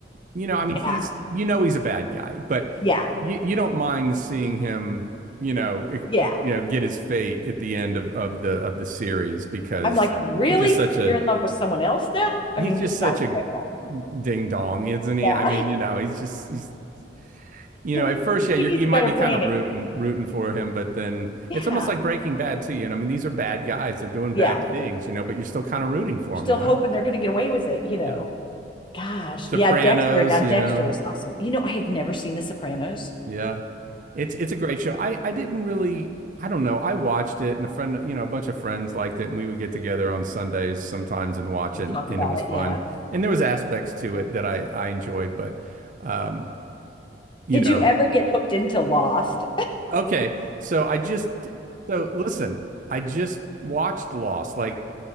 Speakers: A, on the right (about 45°); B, on the left (about 25°).
A: you know, I mean, he's,
B: Yeah.
A: you know, he's a bad guy, but
B: Yeah.
A: you, you don't mind seeing him, you know, it,
B: Yeah.
A: you know, get his fate at the end of, of the of the series because
B: I'm like, really?
A: he's just such a
B: You're in love with someone else now?
A: he's
B: I mean,
A: just
B: this
A: such
B: guy's
A: a
B: fickle.
A: ding dong, isn't he?
B: Yeah.
A: I mean, you know, he's just he's you
B: <laughs>
A: know, at first, yeah,
B: He
A: you're,
B: needs
A: you might
B: better
A: be
B: planning.
A: kind of rooting rooting for him, but then
B: Yeah.
A: it's almost like Breaking Bad too, you know. I mean, these are bad guys; they're doing
B: Yeah.
A: bad things, you know, but you're still kind of rooting for
B: You're still
A: them, you know.
B: hoping they're going to get away with it, you
A: Yeah.
B: know. Gosh.
A: Sopranos,
B: Yeah. Dexter. Now, Dexter
A: you know.
B: was awesome. You know, I have never seen The Sopranos.
A: Yeah. It's it's a great show. I I didn't really I don't know. I watched it and a friend, you know, a bunch of friends liked it and we would get together on Sundays sometimes and watch and
B: Talk
A: and
B: about
A: it was
B: it.
A: fun.
B: Yeah.
A: And there was aspects to it that I I enjoyed, but um, you
B: Did
A: know.
B: you ever get hooked into Lost?
A: Okay. So I just so listen, I just watched Lost like